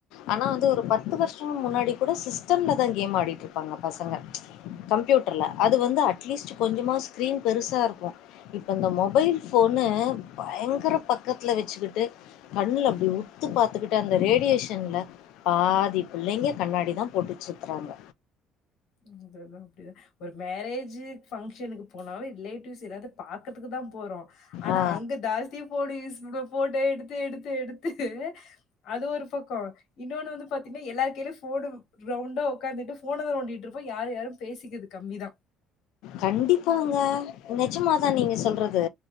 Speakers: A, on the left (about 85°); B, on the left (about 70°).
A: ஆனா வந்து ஒரு பத்து வருஷம் முன்னாடி கோட சிஸ்டம்லதா கேம் ஆடிட்ரு ப்பாங்க பசங்க கம்ப்யூட்டர்ல அது வந்து அட்லீஸ்ட் கொஞ்சமா ஸ்க்ரீன் பெருசா இருக்கு இப்ப இந்த மொபைல் ஃபோனு பயங்கர பக்கத்துல வச்சுகிட்டு கண்ல அப்டி உத்து பாத்துகிட்டு அந்த ரேடியேஷன்ல பாதி பிள்ளைங்க கண்ணாடிதா போட்டுட் சுத்தறாங்க
B: அது வேனா அப்டிதா ஒரு மேரேஜு பங்க்ஷனுக்கு போனாலு ரிலேட்டிவ்ஸ் எதாது பாக்றதுக்குதா போறோ ஆனா
A: ஆ
B: அங்க ஜாஸ்தி ஃபோன் யூஸ் அங்க ஃபோட்டோ எடுத்து எடுத்து எடுத்து அது ஒரு பக்க இன்னொனு வந்து பாத்தினா எல்லாரு கைலயு ஃபோனு ரவுண்டா உக்காந்துட்டு ஃபோனதா நோண்டிட்ருப்போ யாரு யாரு பேசிக்கிறது கம்மிதா
A: கண்டிப்பாங்க நெஜமாதா நீங்க சொல்றது